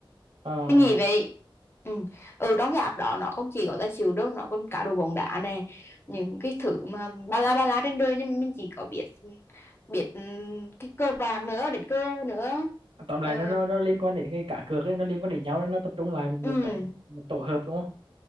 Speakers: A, on the right; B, on the left.
A: Ờ
B: Cái gì vậy? Ừ. ừ, đóng dạp đó nó không chỉ có là chịu đâu, nó còn cả đồ bóng đá nè. Những cái thứ mà ba la ba la trên đời nhưng mà mình chỉ có biết biết ừ, cái cờ bạc nữa, đến cơ nữa.
A: tóm
B: Ờ,
A: lại nó, nó nó liên quan đến cái cá cược ấy nó liên quan đến nhau nên nó tập trung lại một một
B: ừ.
A: cái một tổ hợp đúng không